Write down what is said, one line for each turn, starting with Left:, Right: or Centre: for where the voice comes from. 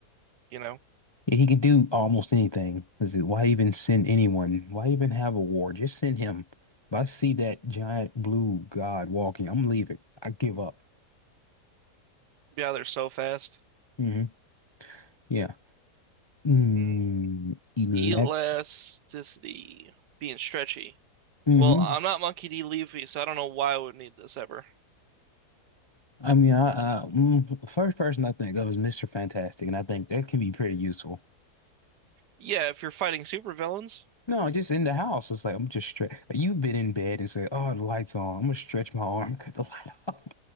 Right: you know?
Left: Yeah, he can do almost anything. Is it, why even send anyone? Why even have a war? Just send him. If I see that giant blue god walking, I'm leaving. I give up.
Right: Be out there so fast.
Left: hmm Yeah. Mm,
Right: Mm.
Left: elect.
Right: Elasticity. Being stretchy.
Left: hmm
Right: Well, I'm not Monkey D. Luffy, so I don't know why I would need this ever.
Left: I mean, I, I mm, the first person I think of is Mr. Fantastic, and I think that can be pretty useful.
Right: Yeah, if you're fighting supervillains.
Left: No, just in the house. It's like I'm just stretch. You've been in bed and say, "Oh, the light's on." I'm gonna stretch my arm, cut the <laughs> light off.